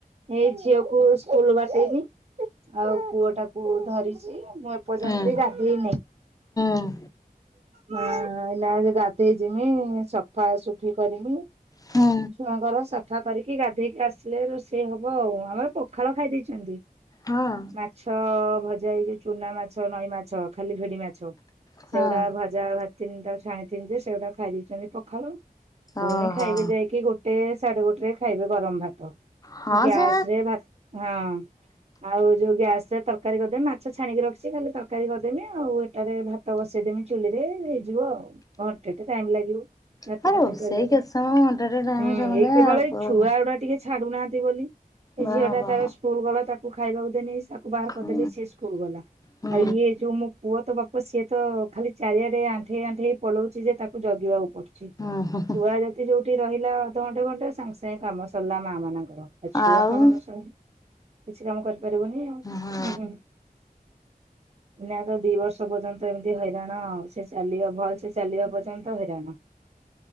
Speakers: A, on the right (about 45°); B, on the left (about 25°).
A: ଏଇ ଝିଅକୁ ସ୍କୁଲ ବାଟେଇଲି। ଆଉ ପୁଅ ଟାକୁ ଧରିଚି ମୁଁ ଏପର୍ଯ୍ୟନ୍ତ
B: ହୁଁ ହୁଁ
A: ବି ଗା ଗାଧେଇନି
B: ହୁଁ
A: ଅଁ ଅଇଲେ ଆଗେ ଗାଧେଇ ଜିମି ସ ସଫାସୁଫି କରିନି
B: ହୁଁ।
A: ଛୁଆଙ୍କର ସାଫ ଠା ପାରିକି ଗାଧେଇକି ଆସିଲେ ରୋଷେଇ ହବ ଆଉ ଆମର ପଖାଳ ଖାଇ ଦେଇଛନ୍ତି।
B: ହଁ।
A: ମାଛ ଭଜା ହେଇ ଯୋଉ ଚୁନା ମାଛ ନଈ ମାଛ ଖାଲି ଭିଡି ମାଛ
B: ହଁ
A: ସେଗୁଡା ଭ ଯାହା ଭା ତିନଟା ଛାଣିଥିନି ଯେ ସେଗଟା ଖାଇ ଦେଇଛନ୍ତି ପଖାଳ
B: ଓହୋ
A: ପୁଣି ଖାଇବେ ଯାଇକି ଗୋ ଗୋଟେ ସାଢେ ଗୋଟେ ରେ ଖାଇବେ ଗରମ ଭାତ
B: ହଁ
A: ଗ୍ୟାସ
B: ସେ
A: ରେ ଭାତ ହଁ। ଆଉ ଯୋଉ ଗ୍ୟାସ ରେ ତରକାରୀ କରିଦେବି ମାଛ ଛାଣିକି ରଖିଛି ଖାଲି ତରକାରୀ କରିଦେମି ଆଉ ଏଟାରେ ଭା ତ ବସେଇଦେମି ଚୁଲିରେ ହେଇଯିବ ଆଉ ଘଣ୍ଟେ ଟେ ଟାଇମ ଲାଗିବ ଭାତ
B: ହଁ
A: ତରକାରୀ
B: ରୋଷେଇ
A: କରିବା
B: କେତେ
A: ପାଇଁ
B: ସମୟ ଘଣ୍ଟାଟେ ଟାଇମ
A: ହୁଁ
B: ସମୁଦାୟ
A: ଏଇ କେବଳ
B: ଆଉ
A: ଏଇ
B: ହଁ।
A: ଛୁଆ ଗୁଡା ଟିକେ ଛାଡୁନାହାନ୍ତି ବୋଲି ଏ
B: ବା
A: ଝିଅଟା
B: ବା
A: ତାର ସ୍କୁଲ ଗଲା ତାକୁ ଖାଇବାକୁ ଦେନି ସା ବାହାର
B: ହୁଁ
A: କରିଦେଲି ସିଏ ସ୍କୁଲ ଗଲା।
B: ହୁଁ। ହୁଁ
A: ଆଉ ଇଏ ଯୋଉ ମୋ ପୁଅ ତ ବାପ ସିଏ ତ ଖାଲି ଚାରିଆଡେ ଆଣ୍ଠେଇ ଆଣ୍ଠେଇ ପଳଉଛି ଯେ ତାକୁ ଜଗିବାକୁ ପଡୁଛି
B: ହୁଁ ହୁଁ
A: ଛୁଆ ଡେ ସେ ଯୋଉଠି ରହିଲା ଅଧଘଣ୍ଟେ ଘଣ୍ଟେ ସାଙ୍ଗେସାଙ୍ଗେ କାମ ସଲା ମା ମାନ ଆଉ ଛୁଆ
B: ଆଉ
A: କାମ ନ ସଲେ କିଛି କାମ କରିପାରିବନି ଆଉ
B: ହଁ
A: ଉଁ ହୁଁ। ଏଇନା ତ ଦି ବର୍ଷ ପର୍ଯ୍ୟନ୍ତ ଏମିତି ହଇରାଣ ଆଉ ସେ ଚାଲିବ ଭଲ ସେ ଚାଲିବା ପର୍ଯ୍ୟନ୍ତ ହଇରାଣ